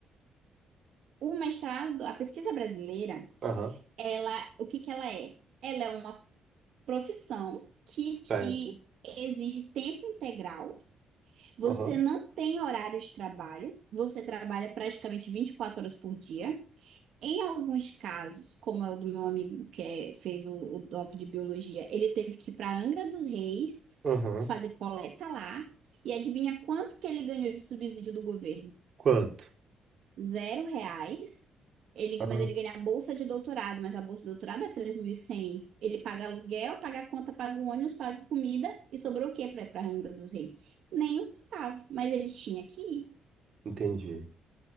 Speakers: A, on the right; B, on the right.
A: o mestrado, a pesquisa brasileira,
B: aham,
A: ela, o que que ela é? Ela é uma profissão que te
B: certo.
A: exige tempo integral Você
B: Aham,
A: não tem horário de trabalho, você trabalha praticamente 24 horas por dia. Em alguns casos, como é o do meu amigo que é- fez o, o doc de biologia, ele teve que ir para Angra dos Reis
B: aham.
A: fazer coleta lá. E adivinha quanto que ele ganhou de subsídio do governo?
B: Quanto?
A: zero reais. Ele,
B: Ah,
A: mas ele ganha a bolsa de doutorado, mas a bolsa de doutorado é 3.100. Ele paga aluguel, paga a conta, paga o ônibus, paga comida e sobrou o quê para ir para Angra dos Reis? Nem um centavo. Mas ele tinha que ir.
B: entendi.